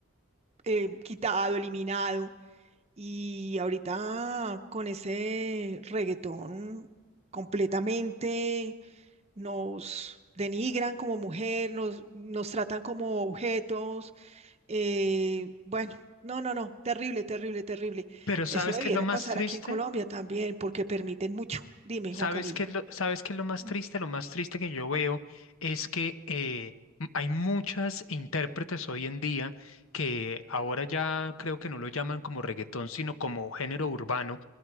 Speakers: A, on the right (about 30°); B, on the left (about 70°).
A: eh, quitado, eliminado, y ahorita con ese reggaetón completamente nos denigran como mujer, nos, nos tratan como objetos. eh, bueno, no, no, no, terrible, terrible, terrible.
B: Pero ¿sabes
A: Eso debiera
B: qué es lo más
A: pasar
B: triste?
A: aquí en Colombia también, porque permiten mucho. Dime,
B: ¿Sabes
A: Juan Camilo.
B: qué es lo, sabes qué es lo más
A: Mm.
B: triste? Lo más triste que yo veo es que eh, m- hay muchas intérpretes hoy en día que ahora ya creo que no lo llaman como reggaetón, sino como género urbano.